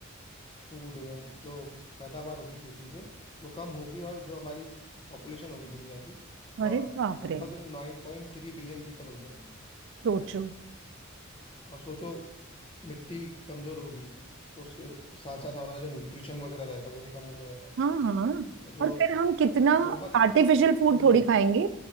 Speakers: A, on the left; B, on the right.
A: फूड जो पैदावार होगी खेती से वो कम होगी और जो हमारी पॉपुलेशन होगी दुनिया की वो
B: अरे बाप
A: लगभग
B: रे
A: नाइन पॉइंट थ्री बिलियन पीपल हो जाएगी
B: सोचो
A: और सोचो मिट्टी कमजोर होगी तो उसके साथ साथ हमारा जो न्यूट्रिशन वगैरह रहेगा वो भी कम हो जाएगा
B: हाँ हाँ
A: और जो
B: और फिर हम कितना
A: लगभग
B: आर्टिफिशियल फूड
A: हम्म
B: थोड़ी खाएंगे